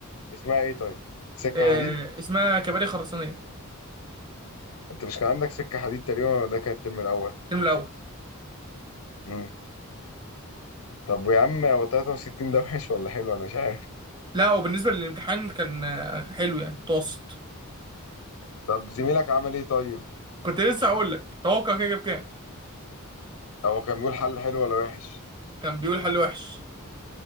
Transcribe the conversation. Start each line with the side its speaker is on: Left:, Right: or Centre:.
Left: اسمها ايه طيب سكه
Right: آه،
Left: حديد
Right: اسمها كباري خرسانية
Left: انت مش كان عندك سكة حديد تقريبا ولا ده كان الترم الأول
Right: الترم الأول
Left: امم طب يا عم هو 63 ده وحش ولا حلو أنا مش عارف
Right: لا وبالنسبة للامتحان كان آه، حلو يعني متوسط
Left: طب زميلك عمل إيه طيب
Right: كنت لسه هقول لك توقع كده جاب كام
Left: هو كان بيقول حل حلو ولا وحش
Right: كان بيقول حل وحش